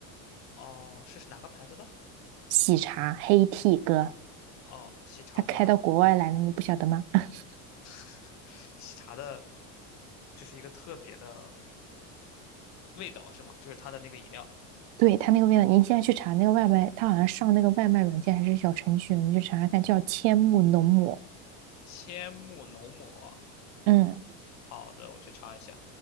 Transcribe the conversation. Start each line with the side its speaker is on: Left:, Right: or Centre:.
Left: 哦是哪个牌子的？
Right: 喜茶黑 t 哥，
Left: 哦，喜茶的
Right: 他开到国外来了，你不晓得吗？<laughs>
Left: <laughs> 喜茶的，就是一个特别的味道是吗？就是它的那个饮料，
Right: 对，它那个味道，你现在去查那个外卖，它好像上那个外卖软件还是小程序，你去查查看，叫千木浓抹，
Left: 千木浓抹。
Right: 嗯。
Left: 好的，我去查一下。